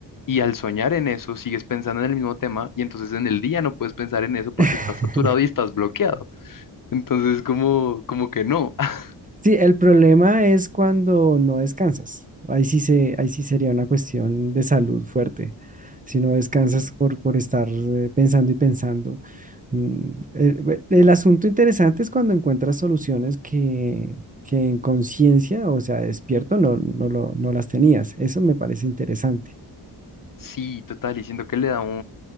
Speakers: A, on the left; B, on the right.
A: y al soñar en eso sigues pensando en el mismo tema, y entonces en el día no puedes pensar en eso porque
B: <laughs>
A: estás saturado y estás bloqueado. Entonces como, como que no. <laughs>
B: Sí, el problema es cuando no descansas. Ahí sí se, ahí sí sería una cuestión de salud fuerte. Si no descansas por, por estar eh, pensando y pensando. Mm, eh, be- El, asunto interesante es cuando encuentras soluciones que, que en conciencia, o sea, despierto, no, no, lo- no las tenías. Eso me parece interesante.
A: Sí, total, y siento que le da